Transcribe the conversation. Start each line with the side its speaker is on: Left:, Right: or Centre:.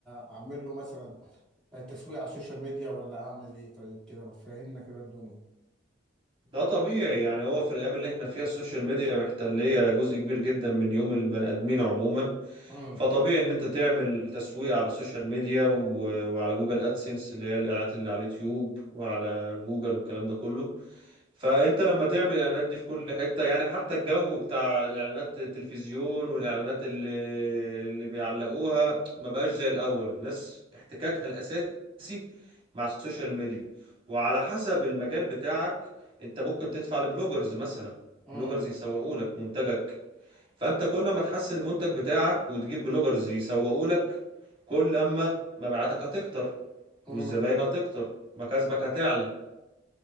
Centre: آه، اعمل له مثلا آه، تسويق على السوشيال ميديا ولا اعمل ايه طيب كده ما فهمنا كده الدنيا
Right: ده طبيعي يعني هو في الأيام اللي احنا فيها السوشيال ميديا محتلية جزء كبير جدا من يوم البني آدمين عموما
Centre: امم
Right: فطبيعي إن أنت تعمل تسويق على السوشيال ميديا و- وعلى جوجل أدسنس اللي هي الإعلانات اللي على اليوتيوب وعلى جوجل والكلام ده كله فأنت لما تعمل الإعلانات دي في كل حتة يعني حتى الجو بتاع الإعلانات التلفزيون والإعلانات اللي اللي بيعلقوها ما بقاش زي الأول الناس احتكاكها الأساسي مع السوشيال ميديا وعلى حسب المجال بتاعك انت ممكن تدفع لبلوجرز مثلا
Centre: امم
Right: بلوجرز يسوقوا لك منتجك فانت كل ما تحسن المنتج بتاعك وتجيب بلوجرز يسوقوا لك كل ما مبيعاتك هتكتر
Centre: امم
Right: والزباين هتكتر مكاسبك هتعلى